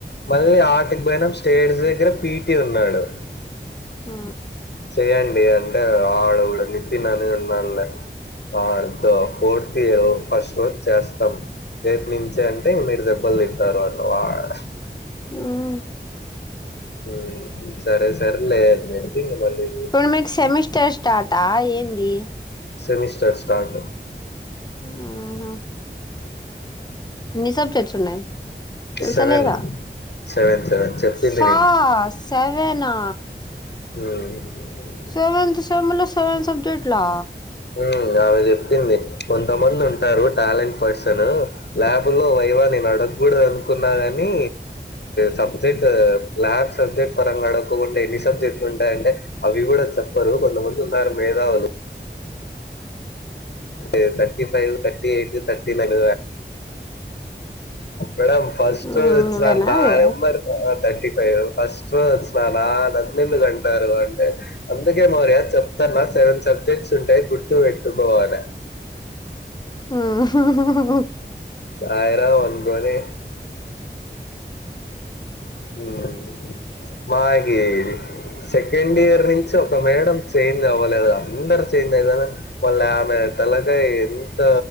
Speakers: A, on the left; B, on the left.
A: మళ్ళీ ఆటికిబోయినం స్టేజి దగ్గర పీటీ ఉన్నాడు
B: ఆ
A: చెయ్యండి అంటే ఆడ గూడా నితిన్ అనే ఉన్నాడులే ఆడు ఫోర్త్ ఇయర్ ఫస్ట్ రోజు చేస్తాం రేప్ నుంచే అంటే మీరు ద మళ్ళీ తర్వాత వాడ్
B: ఉమ్
A: ఉమ్ సరే సరేలే అని జెప్పి ఇగ మళ్ళీ
B: ఇప్పుడు మీకు సెమిస్టర్ స్టార్టా ఏంది
A: సెమిస్టర్ స్టార్ట్
B: ఉమ్ హు ఎన్ని సబ్జెక్ట్స్ ఉన్నాయి తెలుసా
A: సెవెన్
B: లేదా
A: సెవెన్ సెవెన్ చెప్పింది
B: సా సెవెనా
A: ఉమ్
B: సెవెంత్ సెమ్ లో సెవెన్ సబ్జెక్టు లా
A: ఉమ్ ఆమె జెప్పింది కొంతమంది ఉంటారు టాలెంట్ పర్సను లా బ్ లో వైవా నేను అడగూడదు అనుకున్నా గాని సబ్జెక్ట్ ల్యాబ్ సబ్జెక్ట్ పరంగా అడక్కపోతే ఎన్ని సబ్జెక్ట్లు ఉంటాయంటే అవి గూడా చెప్పరు కొంద మంది ఉన్నారు మేధావులు ఏ thirty five thirty eight thirty nine madam first
B: నువ్వేనా
A: వచ్చిన నా
B: అది
A: నెంబర్ ఆ థర్టీ ఫైవ్ ఫస్ట్ రోజు వచ్చి నా నన్ను ఎందుకు అంటారు అంటే అందుకే మొరియా చెప్తున్న సెవెన్ సబ్జెక్ట్స్ ఉంటాయి గుర్తుపెట్టుకోవాలే
B: ఉమ్ హు హు
A: సాయిరాం అనుకొని ఉమ్ మాకి సెకండ్ ఇయర్ నుంచి ఒక మేడం చేంజ్ అవ్వలేదా అందరు చేంజ్ అయితారు వాళ్ళ ఆమె తలకాయ ఎంత